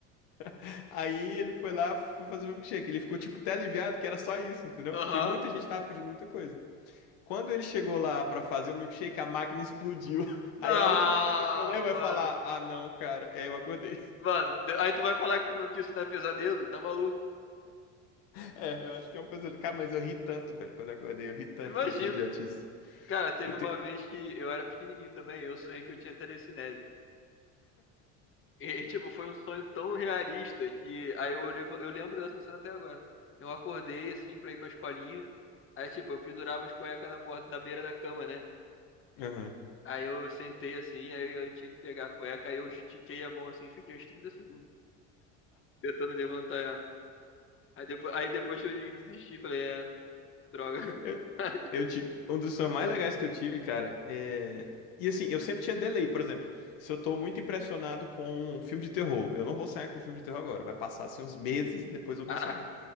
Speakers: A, on the left; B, on the left.
A: <laughs> Aí ele foi lá, foi fazer o milkshake. Ele ficou tipo até aliviado que era só isso, entendeu?
B: Aham.
A: Porque muita gente tava pedindo muita coisa. Quando ele chegou lá pra fazer o milkshake, a máquina explodiu. <laughs>
B: Não,
A: Aí a última coisa que eu lembro
B: mano.
A: é falar: Ah, não, cara. E aí eu acordei. <laughs>
B: Mano, aí tu vai falar que tu não, que isso não é pesadelo? Tá maluco?
A: É, eu acho que é um pesadelo. Cara, mas eu ri tanto, velho, quando eu acordei. Eu ri tanto
B: Imagina.
A: dessa idiotice.
B: Cara, teve
A: Eu te...
B: uma vez que eu era pequenininho também, eu sonhei que eu tinha telecinese. E, e, tipo, foi um sonho tão realista que aí eu olhei, e fa- eu lembro dessa cena até agora. Eu acordei assim pra ir pra escolinha. Aí, tipo, eu pendurava as cuecas na, borda- na beira da cama, né?
A: Aham.
B: Aí eu sentei assim, aí eu tinha que pegar a cueca, aí eu estiquei a mão assim, fiquei uns 30 segundos tentando levantar ela. Aí depois, aí depois que eu desisti, falei, é, droga.
A: Eu,
B: <laughs>
A: eu ti- Um dos sonhos mais legais que eu tive, cara, é. E assim, eu sempre tinha delay, por exemplo. Se eu tô muito impressionado com um filme de terror, eu não vou sonhar com um filme de terror agora. Vai passar assim uns meses, depois eu
B: Caraca.
A: vou sonhar.